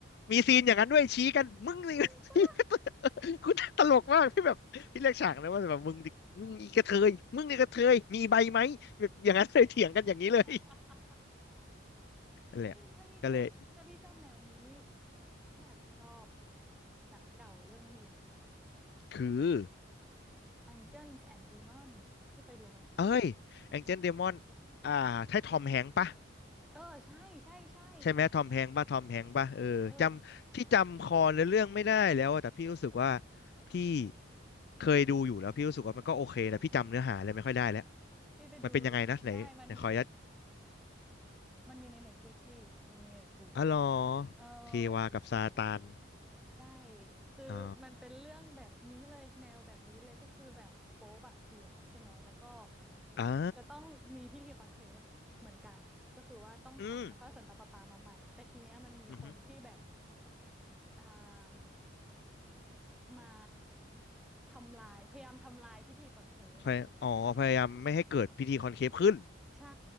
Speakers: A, on the left; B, in the centre.
A: มีซีนอย่างนั้นด้วยชี้กันมึงสิอีกระเทย
B: จริงปะ
A: <laughs> กูตลกมากพี่แบบพี่เรียกฉากนะว่าแบบมึงดิมึงอีกระเทยมึงอีกระเทยมีใบไหมแบบอย่างนั้นเลยเถียงกันอย่างนี้เลย
B: <laughs> เฮ้ย
A: นั่นแหละก็เลย
B: ถ้าพี่ชอบ ถ้าพี่ชอบแนวนี้ พี่อาจจะชอบหนังเก่าเรื่องหนึ่ง
A: คือ
B: Angels and Demons พี่เคยดูไหม
A: เอ้ยแองเจิลเดมอนอ่าใช่ทอมแฮงค์ปะ
B: เออใช่ใช่ใช่
A: ใช่ไหมทอมแฮงค์ป่ะทอมแฮงค์ป่ะเออจำที่จำคอในเรื่องไม่ได้แล้วอะแต่พี่รู้สึกว่า
B: เออ
A: พี่เคยดูอยู่แล้วพี่รู้สึกว่ามันก็โอเคแต่พี่จำเนื้อหาอะไรไม่ค่อยได้แล้ว
B: พี่ไปดู
A: มันเป็นยังไงนะไหนไหนขออนุญาต
B: ได้มันมันมันมีใน Netflix พี่มันมีใน Netflix
A: อ๋อเหรอ
B: เออมันมี
A: เทวากับซาตาน
B: ใช่คือมันเป็นเรื่องแบบนี้เลยแนวแบบนี้เลยก็คือแบบโป๊ปอะเสียใช่ไหมแล้วก็
A: อ๋ออ่า
B: จะต้องมีพิธีคอนเคฟเหมือนกันก็คือว่าต้องหาพระสันตะปาปามาใหม่แต่ทีเนี้ยมันมีคนที่แบบ
A: อืมอือฮึ
B: อ่า มาทำลายพยายามทำลายพิธีขอนเคฟ
A: พยอ๋อพยายามไม่ให้เกิดพิธีคอนเคฟขึ้น
B: ใช่